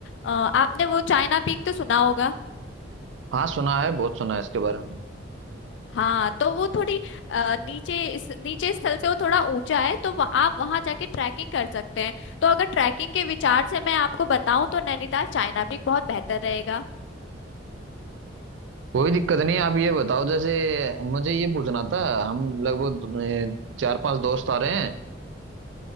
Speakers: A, on the left; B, on the right.
A: अ, आपने वो चाइना पीक तो सुना होगा
B: हाँ सुना है बहुत सुना है इसके बारे में
A: हाँ तो वो थोड़ी अ, नीचे इस नीचे स्थल से वो थोड़ा ऊंचा है तो वह, आप वहां जाके ट्रैकिंग कर सकते हैं तो अगर ट्रैकिंग के विचार से मैं आपको बताऊं तो नैनीताल चाइना पीक बहुत बेहतर रहेगा
B: कोई दिक्कत नहीं आप ये बताओ जैसे मुझे ये पूछना था हम लगभग अ, चार पांच दोस्त आ रहे हैं